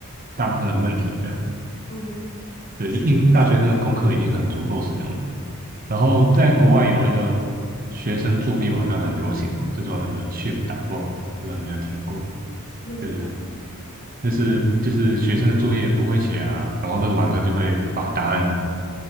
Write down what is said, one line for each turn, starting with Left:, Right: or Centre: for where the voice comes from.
Right: 大部分的问题这样子。
Left: 嗯，
Right: 对，就应付大学生的功课已经很足够使用了。然后在国外有一个学生作弊网站很流行嘛，就做那个 Chip e 打爆，不知道你有没有听过？
Left: 那你在干嘛？
Right: 就是那是就是学生的作业不会写啊，然后那个网站就会把答案